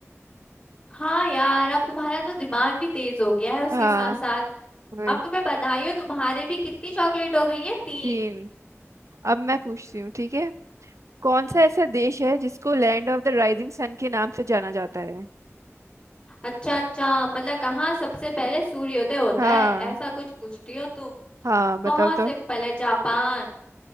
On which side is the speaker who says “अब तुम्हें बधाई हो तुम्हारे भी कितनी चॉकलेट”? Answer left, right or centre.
Left